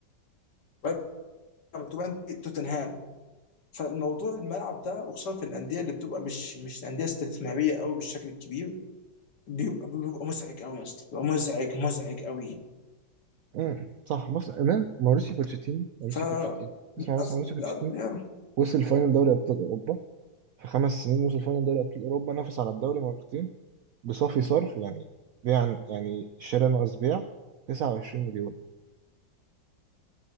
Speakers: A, on the left; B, on the right.
A: وأنت بتبقى أنت توتنهام فالموضوع الملعب ده وخصوصا في الانديه اللي بتبقى مش مش انديه استثماريه قوي بالشكل الكبير بيبقى بيبقى مزعج قوي يا اسطى بيبقى مزعج مزعج قوي
B: امم صح بص امام ماuriسيو بوتشيتينو ماuriسيو
A: ف
B: بوتشيتينو اسمع
A: للأس-
B: بس ماuriسيو بوتشيتينو
A: لا يا
B: وصل فاينل دوري ابطال اوروبا في خمس سنين وصل فاينل دوري ابطال اوروبا نافس على الدوري مرتين بصافي صرف يعني بيع يعني شراء ناقص بيع 29 مليون